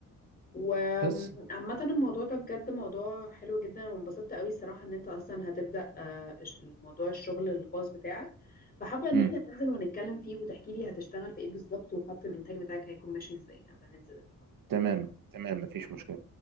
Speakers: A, on the left; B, on the right.
A: وعامة
B: بس
A: الموضوع ده بجد موضوع حلو جدا وانبسطت قوي صراحة ان انت اصلا هتبدأ آه، إش- موضوع الشغل الخاص بتاعك فحابة ان
B: مم.
A: احنا ننزل ونتكلم فيه وتحكي لي هتشتغل في ايه بالظبط وخط الانتاج بتاعك هيكون ماشي ازاي اما ننزل
B: تمام تمام مفيش مشكله